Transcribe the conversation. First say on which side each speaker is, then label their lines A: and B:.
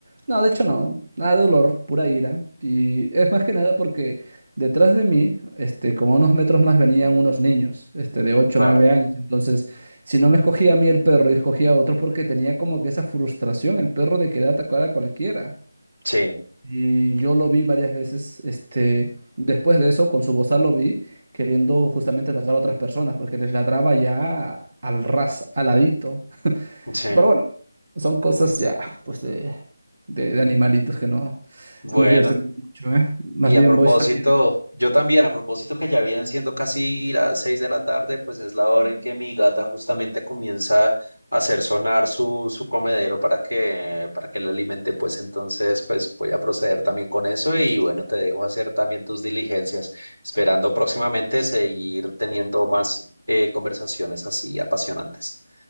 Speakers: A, on the right (about 45°); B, on the right (about 85°).
A: No, de hecho no. Nada de dolor, pura ira. Y es más que nada porque detrás de mí, este, como a unos metros más venían unos niños, este, de ocho
B: Claro,
A: o 9 años. Entonces... Si no me escogía a mí el perro y escogía a otro porque tenía como que esa frustración, el perro de querer atacar a cualquiera.
B: sí,
A: Y yo lo vi varias veces, este, después de eso, con su bozal lo vi queriendo justamente atacar a otras personas porque les ladraba ya al ras, aladito.
B: sí.
A: Pero bueno, son cosas ya, pues de, de, de animalitos que no,
B: Bueno,
A: no me quiero extender mucho, ¿eh? Más
B: y
A: bien
B: a propósito,
A: voy saliendo.
B: yo también, a propósito que ya vienen siendo casi las seis de la tarde, pues es la hora en que mi gata justamente comienza a hacer sonar su, su comedero para que, para que le alimente, pues entonces, pues voy a proceder también con eso y bueno, te dejo hacer también tus diligencias, esperando próximamente seguir teniendo más eh, conversaciones así apasionantes.